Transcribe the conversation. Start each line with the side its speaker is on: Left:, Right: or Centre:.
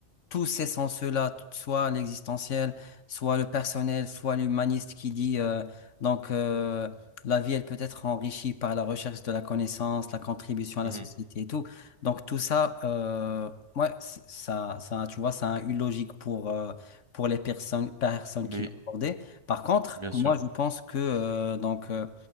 Left: tous ces sens-là, soit l'existentiel, soit le personnel, soit l'humaniste qui dit euh, donc. euh, la vie, elle peut être enrichie par la recherche de la connaissance, la contribution
Right: mhm,
Left: à la société
Right: mhm.
Left: et tout. Donc tout ça, euh, ouais, c'est- ça, ça, tu vois, ça a une logique pour, euh, pour les personnes, personnes
Right: Mais,
Left: qui l'ont abordé. Par contre,
Right: bien
Left: moi,
Right: sûr.
Left: je pense que euh, donc euh,